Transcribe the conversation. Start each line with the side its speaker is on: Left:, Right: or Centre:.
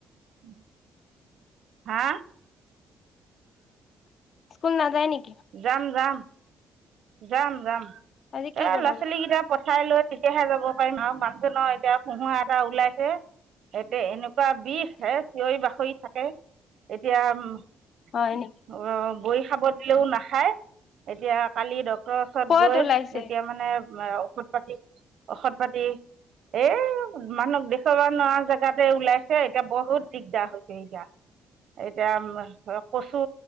Right: উম হা
Left: স্কুল নাযায় নেকি
Right: যাম যাম যাম যাম
Left: আজি কি
Right: এ
Left: বনাব
Right: ল'ৰা ছোৱালীকেইটা প চাই লৈ তেতিয়াহে যাব পাৰিম আৰু মানুহজনৰ এতিয়া পোহা এটা ওলাইছে এতে এনেকুৱা বিষ হে চিঞৰি বাকৰি থাকে এতিয়া
Left: হয় নেকি
Right: অ বই খাব নাখায় এতিয়া কালি ড ডক্তৰ ওচৰত
Left: ক'ত
Right: গৈ
Left: ওলাইছে
Right: যেতিয়া মানে মাৰ ঔষধ পাতি ঔষধ পাতি এ মানুহ দেখুৱাবা নোৱাৰা য যাতে ওলাইছে এতিয়া বহুত দিগদাৰ হৈছে এতিয়া এতিয়া কচু